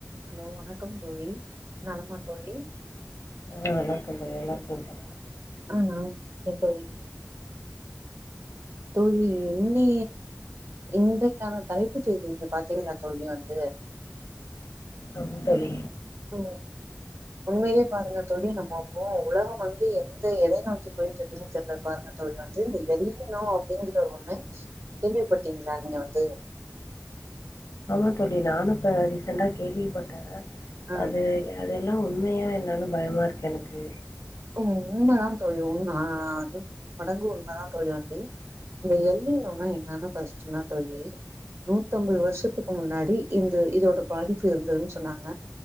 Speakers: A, on the right; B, on the left.
A: ஹலோ வணக்கம் தோழி நலமா தோழி
B: ம் வணக்கம் தோழி நல்லா இருக்கே தோழி நல்லா இருக்கீங்களா
A: ம் நா நல்லாருக்கே தோழி தோழி இ இன்றைக்கான தலைப்பு செய்தி இங்க பாத்தீங்களா தோழி வந்து
B: ஆமா தோழி
A: ஓ உண்மையிலயே பாருங்க தோழி நம்ம அப்போ உலகம் வந்து எந்த எதை நோக்கி போயிட்டு இருக்குன்னு தெரியல பாரு தோழி வந்து இந்த எல்லணு அப்டிங்கற ஒண்ணு கேள்விப்பட்டீங்களா நீங்க வந்து
B: ஆமா தோழி நானு இப்போ ரீசெண்டட்டாக கேள்விப்பட்டே
A: ஆ
B: அது அதெல்லா உண்மையா என்னன்னு பயமா இருக்கு எனக்கு
A: உண்மைதா தோழி உண்ம நூறு மடங்கு உண்மைதா தோழி வந்து இந்த எள்ளிலோனா என்னன்னு பஷ்டுனா தோழி நூத்தம்பது வருஷத்துக்கு முன்னாடி இந்த இதோட பாதிப்பு இருந்ததுன்னு சொன்னாங்க